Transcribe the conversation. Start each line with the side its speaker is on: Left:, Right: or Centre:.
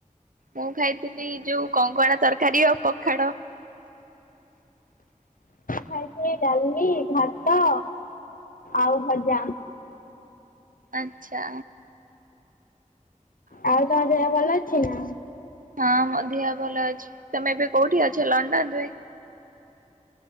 Right: ମୁଁ ଖାଇଥିଲି ଯୋଉ କଙ୍କଡା ତରକାରୀ ଆଉ ପଖାଳ। <inaudible>
Left: ଖାଇଚି ଡାଲି ଭାତ ଆଉ ଭଜା।
Right: ଆଛା।
Left: ଆଉ ତମ ଦେହ ଭଲ ଅଛି ନା?
Right: ହଁ ମୋ ଧିଅ ଭଲ ଅଛି ତମେ ଏବେ କୋଉଠି ଅଛ ଲଣ୍ଡନ ରେ?